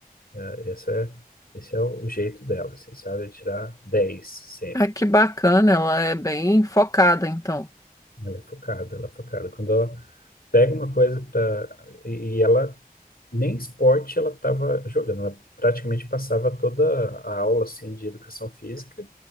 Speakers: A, on the left (about 75°); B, on the left (about 20°).
A: A. Eh, Essa é, esse é o jeito dela, assim, sabe? É Tirar 10 sempre.
B: Ai, que bacana, ela é bem focada, então.
A: Ela é focada, ela é focada. Quando ela pega uma coisa para e, e ela nem esporte ela estava jogando, ela praticamente passava toda a aula assim de educação física